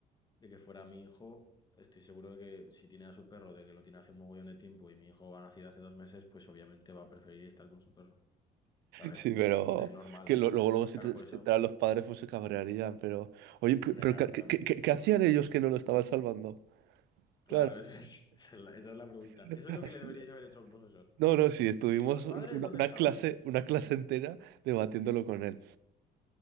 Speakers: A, on the left; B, on the right.
A: de que fuera mi hijo, estoy seguro de que si tiene a su perro, de que lo tiene hace un mogollón de tiempo y mi hijo ha nacido hace dos meses, pues obviamente va a preferir estar con su perro, ¿sabes?
B: Sí, pero
A: Es normal.
B: que lo- luego, luego si
A: Claro,
B: te,
A: por
B: si
A: eso,
B: te enteran los padres, pues se cabrearían. Pero, oye, pe-
A: hombre,
B: pero,
A: claro,
B: ¿qué,
A: pero
B: qué- qué- qué hacían ellos que no lo estaban salvando?
A: claro,
B: Claro.
A: esa es, <laughs> esa es la, esa es la pregunta.
B: <laughs>
A: Eso es lo que le deberíais haber hecho al profesor.
B: No, no, sí, estuvimos
A: ¿Y los padres
B: un- una,
A: dónde
B: una
A: estaban?
B: clase, una clase entera debatiéndolo con él.